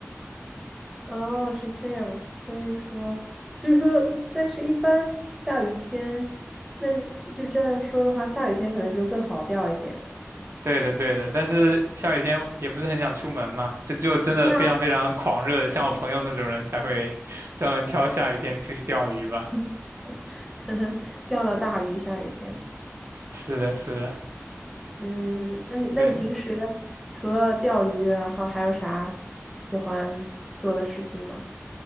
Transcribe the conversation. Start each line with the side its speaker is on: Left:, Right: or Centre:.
Centre: 哦，是这样，所以说，所以说，但是一般下雨天，那你就这样说的话，下雨天可能就是更好钓一点。
Right: 对的，对的，但是下雨天也不是很想出门嘛，就只有真的非常非常狂热，
Centre: 对啊，
Right: 像我朋友那种人才会专门挑下雨天出去钓鱼吧。
Centre: <laughs> 可能钓到大鱼，下雨天。
Right: 是的，是的，
Centre: 嗯，那你那你平时
Right: 对，
Centre: 除了钓鱼，然后还有啥喜欢做的事情吗？